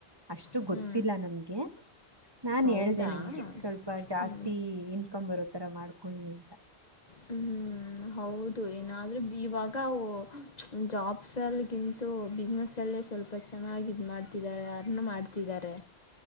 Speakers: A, on the right; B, on the left.
A: ಅಷ್ಟು
B: ಹ್ಞೂ
A: ಗೊತ್ತಿಲ್ಲ ನಮ್ಗೆ. ನಾನ್
B: ಹೌದಾ
A: ಹೇಳ್ದ ನಿನ್ಗೆ ಸ್ವಲ್ಪ ಜಾಸ್ತಿ
B: ಹ್ಞೂ
A: ಇನ್ಕಮ್ ಬರೋತರ ಮಾಡ್ಕೊಳ್ಳಿ ಅಂತ
B: ಹ ಹ್ಮ್ ಹೌದು ಏನಾದ್ರೆ ಇವಾಗ ಅವ ಜಾಬ್. ಸಲ್ಗಿಂತೂ ಬಿಸ್ನೆಸ್ಸಲ್ಲೇ ಸ್ವಲ್ಪ ಚೆನ್ನಾಗಿ ಇದ ಮಾಡ್ತಿದ್ದಾರೆ ಅರ್ನ್ ಮಾಡ್ತಿದ್ದಾರೆ.